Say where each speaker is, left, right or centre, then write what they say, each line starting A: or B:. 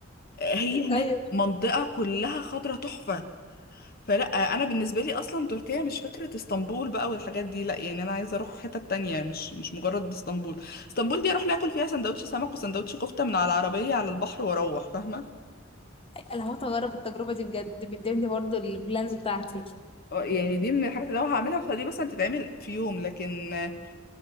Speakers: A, on the left; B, on the left.
A: آه، هي هناك
B: ايوه
A: منطقة كلها خضرة تحفة فلا انا بالنسبه لي اصلا تركيا مش فكره اسطنبول بقى والحاجات دي لا يعني انا عايزه اروح حته تانية مش مش مجرد اسطنبول اسطنبول دي اروح لي اكل فيها سندوتش سمك وسندوتش كفته من على العربيه على البحر واروح فاهمه
B: انا هموت اجرب التجربه دي بجد من ضمن برضه البلانز بتاعتي
A: اه يعني دي من الحاجات اللي لو هعملها فدي مثلا تتعمل في يوم لكن آه،